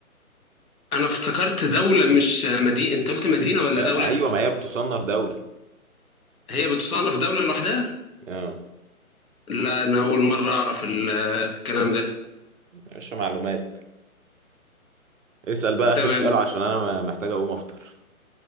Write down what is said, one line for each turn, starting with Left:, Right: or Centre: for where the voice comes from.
Left: انا افتكرت دولة مش مدينة انت قلت مدينة ولا
Right: هي-
Left: دولة
Right: أيوة ما هي بتصنف دولة
Left: هي بتصنف دولة لوحدها
Right: اه
Left: لا انا اول مرة اعرف ال- الكلام ده
Right: مش معلومات اسأل بقى آخر
Left: تمام
Right: سؤال عشان أنا ما- محتاج أقوم أفطر